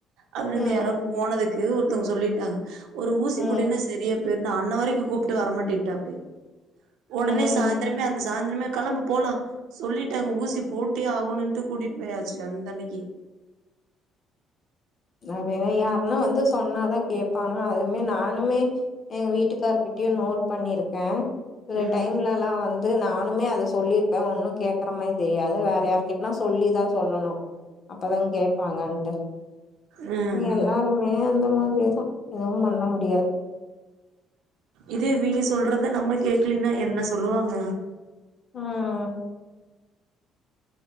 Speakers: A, on the right (about 80°); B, on the left (about 30°).
A: அப்புறம் இருந்து
B: ம்
A: யாரோ போனதுக்கு எதோ ஒருத்தவங்க சொல்லிட்டாங்க ஒரு ஊசி
B: ம்
A: போட்டீனா சரியாப் போயிருனா அன்ன வரைக்கும் கூப்ட்டு வர மாட்டேன்ட்டாப்டி உடனே
B: ம்
A: சாய்ந்திரமே அந்த சாய்ந்திரமே கிளம்பு போலாம் சொல்லிட்டாங்க ஊசி போட்டே ஆகணுன்ட்டு கூட்டிட்டுபோயாச்சு அந்த அன்னைக்கி
B: அ யாருனா வந்து சொன்னாதா கேப்பாங்க அதுமே நானுமே எங்க வீட்டுக்கார்கிட்டியும் நோட் பண்ணிருக்கேன் சில
A: ம்
B: டைம்லே எல்லாம் து அது நானுமே அது சொல்லிருப்பே ஒண்ணுமே கேக்கற மாதிரிதெரியாது வேற யாருகிட்டனா சொல்லிதான் சொல்லணும் அப்பதாங் கேப்பாங்கன்ட்டு
A: ம்
B: எல்லாருமே
A: ம்
B: இல்ல ஒர் மாதுரியேதா எதுவு பண்ண முடியாது
A: இது இவிங்க சொல்றத
B: ம்
A: நம்ம கேக் க்ளீனா என்ன சொல்லுவாங்க
B: ம்.